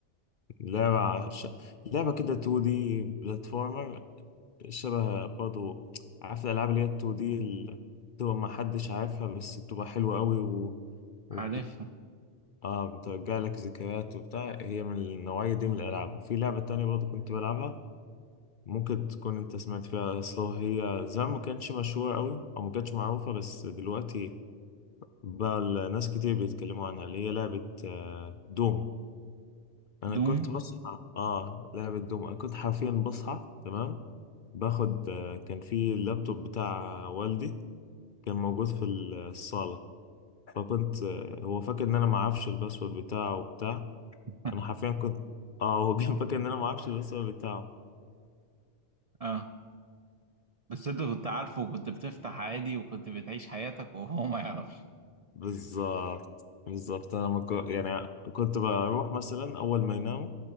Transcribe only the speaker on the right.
عارفها
دوم
<laughs>
آه بس انت كنت عارفه وكنت بتفتح عادي وكنت بتعيش حياتك وهو ما يعرفش